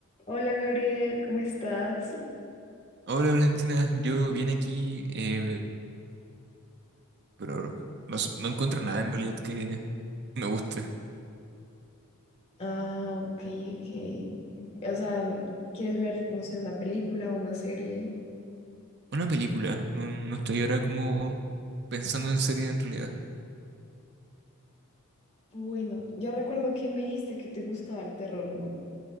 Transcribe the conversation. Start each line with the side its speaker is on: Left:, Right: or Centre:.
Left: Hola Gabriel, ¿cómo estás?
Right: Hola Valentina, yo vine aquí, eh, pero no, s- no encuentro nada en realidad que me guste.
Left: Ah, ok, ok. O sea, ¿quieres ver, no sé, una película o una serie?
Right: Una película, no, no estoy ahora como pensando en serie en realidad.
Left: Bueno, yo recuerdo que me dijiste que te gustaba el terror, ¿no?